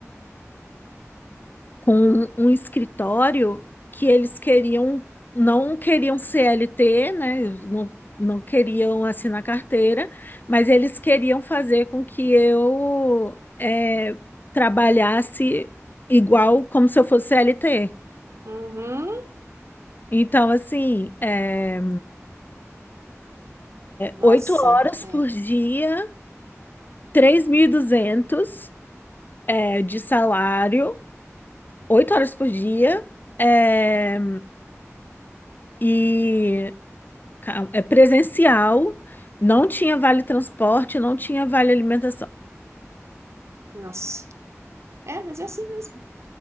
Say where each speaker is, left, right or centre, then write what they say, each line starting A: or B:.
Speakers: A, on the left; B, on the right.
A: com um escritório que eles queriam, não queriam CLT, né? Não, não queriam assinar carteira, mas eles queriam fazer com que eu eh, trabalhasse igual como se eu fosse CLT.
B: uhum.
A: Então, assim, eh,
B: Nossa,
A: oito horas
B: é,
A: por dia, 3.200 eh, de salário, oito horas por dia, eh, e ca- é presencial, não tinha vale transporte, não tinha vale alimentação.
B: nossa. É, mas é assim mesmo.